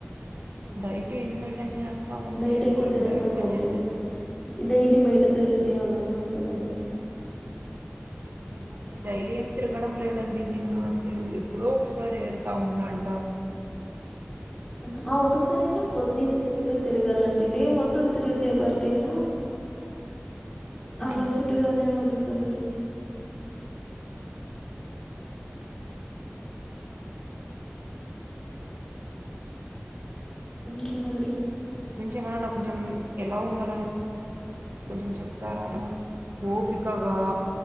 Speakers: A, on the right (about 65°); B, on the left (about 20°).
A: డైట్ ఏం మెయింటైన్ జేస్తాముడి
B: బయట
A: అసలు
B: ఎక్కువ తిరక్కండి
A: డైట్ మెయింటైన్ చే
B: డైలీ బయట తిరిగితే అలానే ఉంటందండి
A: ఏమో అండి డైలీ ఏం తిరగడం లేదండి నేను అసలు ఎప్పుడో ఒక్ ఒక్కసారి వెళ్తూ ఉండంట
B: ఊహూ ఆ ఒక్కసారయినా కొద్దిగా సేపే తిరగాలండి డే మొత్తం తిరిగితే ఎవరికైనా
A: ఆ
B: అలసటుగానే ఉంటుందండి
A: అవునండి ఆ
B: ఇంకేమండి
A: ఏమరన్నా కొంచెం ఎలా ఉండాలనేది కొంచెం చెప్తారా రా ఓపికగా